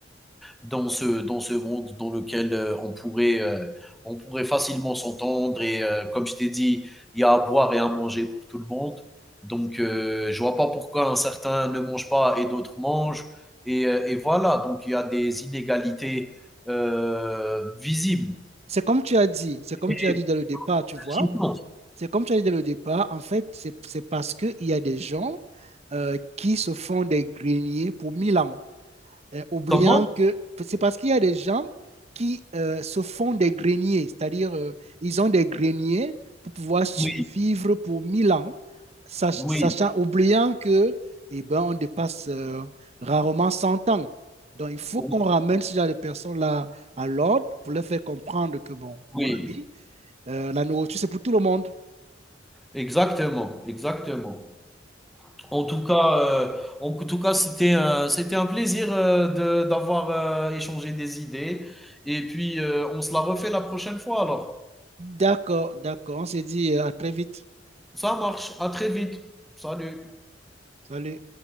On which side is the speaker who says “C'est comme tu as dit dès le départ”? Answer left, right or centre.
Right